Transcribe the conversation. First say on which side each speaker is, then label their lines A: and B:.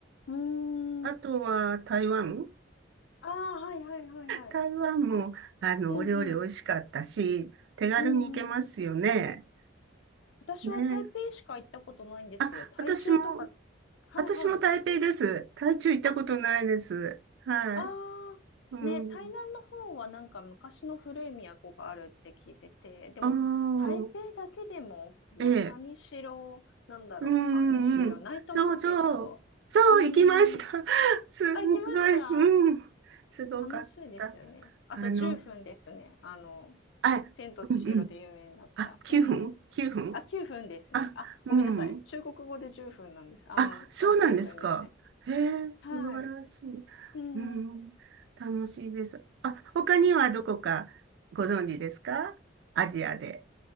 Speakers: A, on the left; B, on the right.
A: うーん。
B: あとは台湾。
A: ああ、はいはいはいはい。
B: 台湾も、あの、
A: うん
B: お料理美味しかったし、手軽に行けますよね。
A: うん。うん。私は台北しか行ったことないんですけど、
B: ね。あ、
A: 台中とか、
B: 私も、
A: はいはい。
B: 私も台北です。台中行ったことないです。
A: あ、
B: はい。
A: ああ、
B: うん。
A: ね、台南の方はなんか昔の古い都があるって聞いてて、でも台北だけでもこうお茶にしろ、
B: ああ、ええ。
A: なんだろう、
B: うん
A: ご飯にしろ、
B: うんうん。
A: ナイトマーケット。
B: そうそう。そう、
A: うー
B: 行きました。
A: ん。
B: <laughs> すんごい。
A: あ、行きました
B: うん。すごかった。
A: 楽しいですよね。あと10分ですね。
B: あの、
A: あの、
B: あ、
A: 千と千尋で有名になった。
B: うんうん。あ、9分
A: うん。
B: ?9 分
A: あ、9分ですね。
B: あ、
A: あ、
B: うん。
A: ごめんなさい。中国語で10分なんです。あの、
B: あ、そうなんですか。
A: そう、9分ですね。
B: へえ、素晴らしい。
A: はい。うん。
B: うん、楽しいです。あ、他にはどこかご存知ですかアジアで。